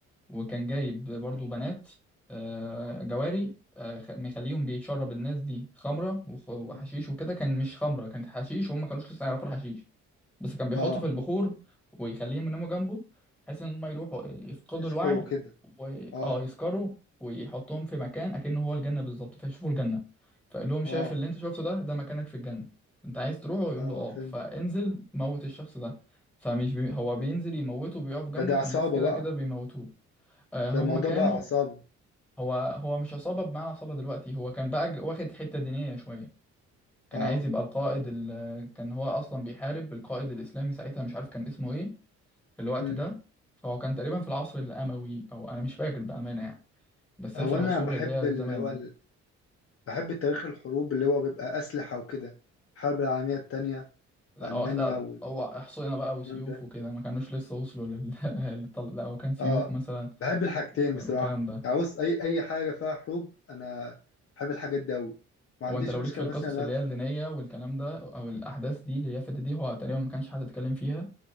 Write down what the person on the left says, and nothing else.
مم.
اه
اذكر
وكده
اه
اه
اه
فهمت
مم.
ده دي عصابة
بقى
ده الموضوع
بقى عصابة
اه
امم
هو
انا بحب
اللي هو
بحب تاريخ الحروب اللي هو بيبقى أسلحة وكده الحرب العالمية التانية
وألمانيا
والكلام
ده
اه
بحب الحاجتين
بصراحة
يعني بص أي أي حاجة فيها حروب أنا بحب الحاجات دي أوي ما عنديش
مشكلة
مثلا إن
أنا أتف-